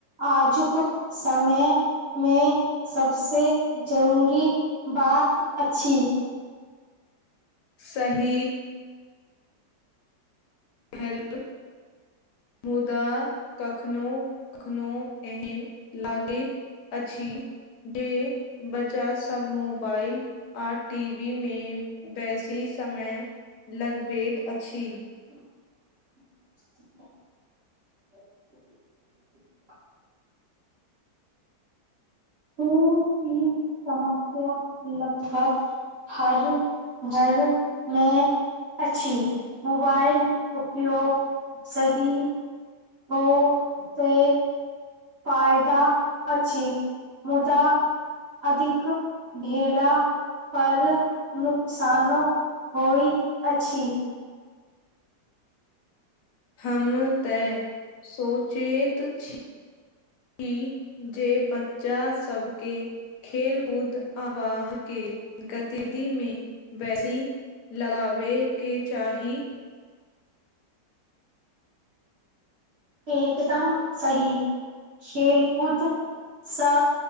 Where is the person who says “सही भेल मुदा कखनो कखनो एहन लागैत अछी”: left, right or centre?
Left